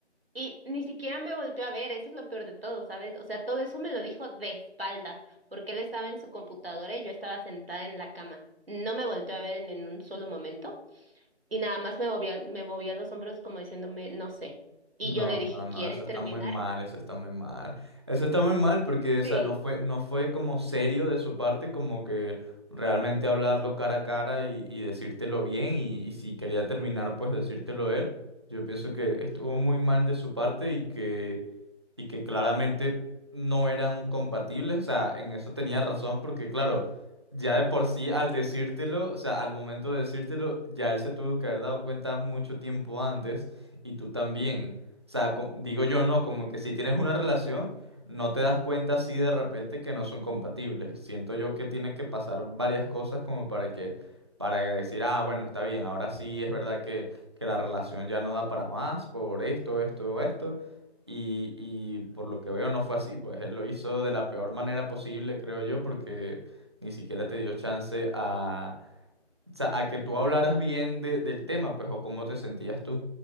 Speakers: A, on the right; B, on the right.
A: Y ni siquiera me volteó a ver, eso es lo peor de todo, ¿sabes? O sea, todo eso me lo dijo de espaldas, porque él estaba en su computadora y yo estaba sentada en la cama. No me volteó a ver en, en un solo momento y nada más me movía, me movía los hombros como diciéndome, no sé. Y
B: No,
A: yo le dije,
B: no,
A: ¿quieres
B: no, eso está
A: terminar?
B: muy mal, eso está muy mal. Eso está muy mal porque, o
A: Sí.
B: sea, no fue, no fue como serio de su parte, como que realmente hablarlo cara a cara y, y decírtelo bien, y, y si quería terminar, pues decírtelo él. Yo pienso que estuvo muy mal de su parte y que, y que claramente no eran compatibles. O sea, en eso tenía razón porque, claro, ya de por sí al decírtelo, o sea, al momento de decírtelo, ya él se tuvo que haber dado cuenta mucho tiempo antes y tú también. O sea, com- digo yo no, como que si tienes una relación, no te das cuenta así de repente que no son compatibles. Siento yo que tiene que pasar varias cosas como para que, para decir, ah, bueno, está bien, ahora sí es verdad que, que la relación ya no da para más por esto, esto, esto. Y, y por lo que veo no fue así, pues él lo hizo de la peor manera posible, creo yo, porque ni siquiera te dio chance a, o sea, a que tú hablaras bien de- del tema, pues, o cómo te sentías tú.